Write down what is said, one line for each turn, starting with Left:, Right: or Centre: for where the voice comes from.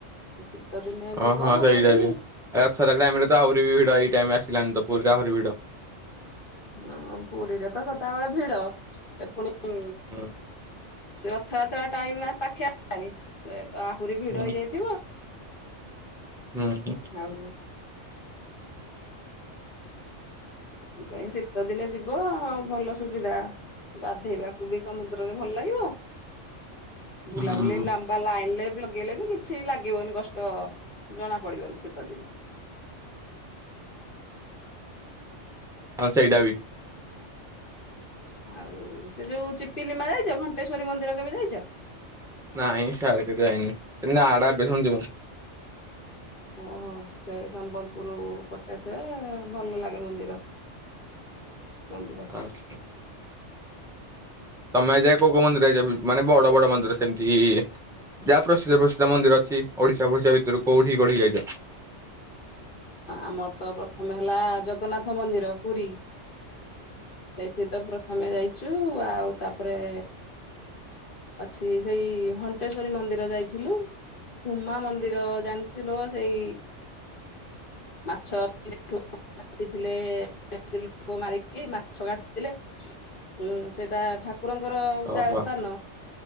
Left: ଶୀତ ଦିନେ ଯିବ
Centre: ଓହୋ ସେଇଟା
Left: ପୁରୀ।
Centre: ବି ରଥଯାତ୍ରା ଟାଇମ ରେ ଆହୁରି ଭିଡ ଏଇ ଟାଇମ ଆସିଲେ ତ ପୁରୀରେ ଆହୁରି ଭିଡ।
Left: ହଁ ପୁରୀରେ ତ ସଦାବେଳେ ଭିଡ ସେ ପୁଣି।
Centre: ହୁଁ
Left: ସେ ରଥଯାତ୍ରା ଟାଇମ ପାଖେ ଆସିଲାଣି ସେ ତ ଆହୁରି ଭିଡ
Centre: ହୁଁ
Left: ହେଇଯାଇଥିବ।
Centre: ହୁଁ।
Left: ଆଉ। କାଇଁ ଶୀତ ଦିନେ ଯିବ ଭଲ ସୁବିଧା। ଗାଧେଇବାକୁ ବି ସମୁଦ୍ରରେ ଭଲ ଲାଗିବ
Centre: ହୁଁ
Left: ବୁଲାବୁଲି ଲମ୍ ବା ଲାଇନରେ ଲଗେଇଲେ ବି କିଛି ଲାଗିବନି କଷ୍ଟ ଜଣା ପଡିବନି ଶୀତଦିନେ।
Centre: ହଁ ସେଇଟା ବି।
Left: ଆଉ ସେ ଯୋଉ ଚିପିଲିମା ଯାଇଛ ଘଣ୍ଟେଶ୍ଵରୀ ମନ୍ଦିର କେବେ ଯାଇଛ?
Centre: ନାଇଁ ସିଆଡ କେେ ଯାଇନି ନାଡା ଏବେ ଶୁଣୁଛି ମୁଁ।
Left: ଓହୋ ସେ ସମ୍ବଲପୁର ପଟେ ସେ ଭଲ ଲାଗେ ମନ୍ଦିର। ମନ୍ଦିର।
Centre: <inaudible> ତମେ ଆଜି ଯାଏ କୋଉ କୋଉ ମନ୍ଦିର ଯାଇଚ ବି ମାନେ ବଡ଼ ବଡ଼ ମନ୍ଦିର ସେମିତିକି? ଯାହା ପ୍ରସିଦ୍ଧ ପ୍ରସିଦ୍ଧ ମନ୍ଦିର ଅଛି ଓଡ଼ିଶା ଫୋଡ଼ିଶା ଭିତରୁ କୋଉଠି କୋଉଠିକି ଯାଇଛ?
Left: ଆମର ତ ପ୍ରଥମେ ହେଲା ଜଗନ୍ନାଥ ମନ୍ଦିର ପୁରୀ। ସେଇଠି ତ ପ୍ରଥମେ ଯାଇଛୁ ଆଉ ତାପରେ ଅଛି ସେଇ ଘଣ୍ଟେଶ୍ୱରୀ ମନ୍ଦିର ଯାଇଥିଲୁ। ହୁମା ମନ୍ଦିର ଜାଣିଥିଲ ସେଇ <unintelligible> କାଟିଥିଲେ ସେ ଲୋକ ମାରିକି ମାଛ କାଟିଥିଲେ। ହୁଁ ସେଇଟା ଠାକୁରଙ୍କର
Centre: ଓହୋ
Left: ଯା ସ୍ଥାନ,